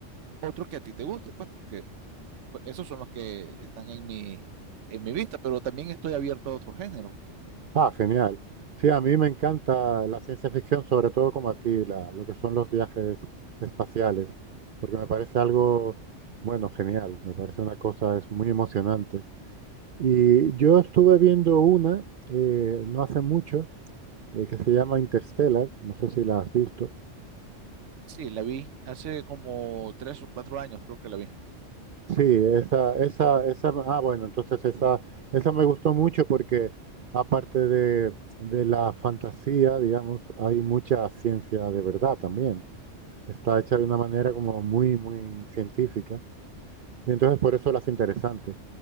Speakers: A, on the right; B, on the right.
A: otro que a ti te guste, pues, porque pues, esos son los que están en mi, en mi vista, pero también estoy abierto a otro género.
B: ah, genial. Sí, a mí me encanta la ciencia ficción, sobre todo como a ti, la- lo que son los viajes espaciales, porque me parece algo, bueno, genial. Me parece una cosa, es muy emocionante. Y yo estuve viendo una eh, no hace mucho eh, que se llama Interstellar. No sé si la has visto.
A: Sí, la vi hace como tres o cuatro años, creo que la vi.
B: Sí, esa, esa, esa, ah, bueno, entonces esa, esa me gustó mucho porque aparte de, de la fantasía, digamos, hay mucha ciencia de verdad también. Está hecha de una manera como muy, muy científica y entonces por eso las hace interesante.